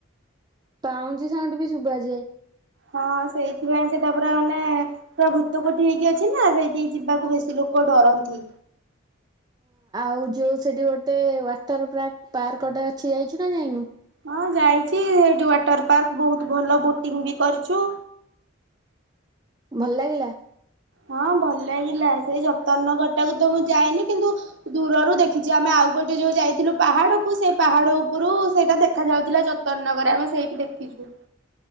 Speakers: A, on the right; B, on the right.
A: ପାଉଁଜି ସାଉଣ୍ଡ ବି ଶୁଭାଯାଏ।
B: ହଁ ସେଇଥିପାଇଁ ସେଟା ପୁରା ମାନେ ପୁରା ଭୂତ କୋଠି ହେଇକି ଅଛି ନା ସେଇଠିକି ଯିବାକୁ ବେଶୀ ଲୋକ ଡରନ୍ତି।
A: ହଉ ଯୋଉ ସେଠି ଗୋଟେ ୱାଟର ପାର୍କ ପାର୍କଟେ ଅଛି ଯାଇଚୁନା ଯାଇନୁ?
B: ହଁ ଯାଇଚି ସେଇଠି ୱାଟର ପାର୍କ ବୋହୁତ୍ ଭଲ ବୋଟିଂ ବି କରିଚୁ।
A: ଭଲ୍ ଲାଗିଲା?
B: ହଁ ଭଲ ଲାଗିଲା ସେଇ ଯତନ ନଗର ଟାକୁ ତ ମୁଁ ଯାଇନି କିନ୍ତୁ ଦୂରରୁ ଦେଖିଛି ଆମେ ଆଉ ଗୋଟେ ଯୋଉ ଯାଇଥିଲୁ ପାହାଡକୁ ସେଇ ପାହାଡ ଉପରୁ ସେଇଟା ଦେଖା ଯାଉଥିଲା ଯତନ ନଗର ଆମେ ସେଇଠି ଦେଖିଚୁ।